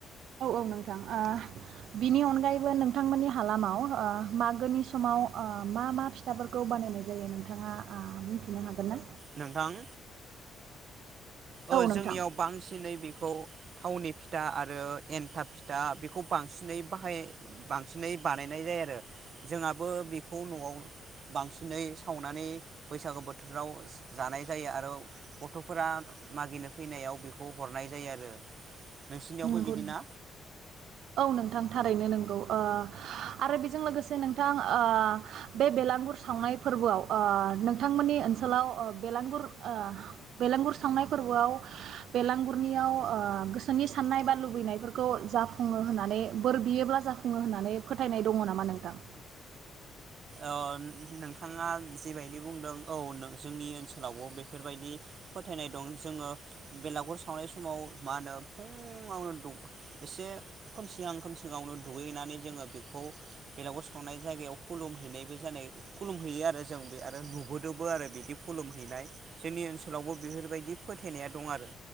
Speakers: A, on the right; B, on the right.
A: औ औ नोंथां ओ बिनि अनगायैबो नोंथांमोननि हालामाव मागोनि समाव मा मा फिथाफोरखौ बानायनाय जायो नोंथाङा बुंथिनो हागोन ना?
B: नोंथां
A: औ
B: ओ
A: नोंथां
B: जोंनियाव बांसिनै बे खौ थावनि फिथा आरो एन्थाब फिथा बेखौ बांसिनै बाहाय बांसिनै बानायनाय जायो आरो जोंहाबो बेखौ न'आव बांसिनै सावनानै बैसागु बोथोराव जानाय जायो आरो गथ'फोरा मागिनो फैनायाव बेखौ हरनाय जायो आरो नोंसिनियावबो
A: नंगौ
B: बिदिना?
A: औ नोंथां थारैनो नों औ ओ आरो बेजों लोगोसे नोंथां ओ बे बेलांगुर सावनाय फोरबोआव ओ नोंथांमोननि ओनसोलाव ओ बेलांगुर ओ बेलांगुर सावनाय फोरबोआव ओ बेलांगुरनियाव गोसोनि साननाय बा लुबैनायफोरखौ जाफुङो होननानै बोर बियोब्ला जाफुङो होननानै फोथायनाय दङ नामा नोंथां?
B: ओ नोंथाङा जिबायदि बुंदों औ जोंनि ओनसोलावबो बेफोरबायदि फोथायनाय दं जोङो बेलागुर सावनाय समाव मा होनो फुङावनो एसे खोमसिहां खोमसिङावनो दुगैनानै जोङो बेखौ बेलागर सावनाय जायगायाव खुलुम हैनायबो जानाय खुलुम हैैयो आरो जों बे आरो नुबोदोंबो आरो बिदि खुलुम हैैनाय जोंनि ओनसोलावबो बेफोरबायदि फोथायनाया दं आरो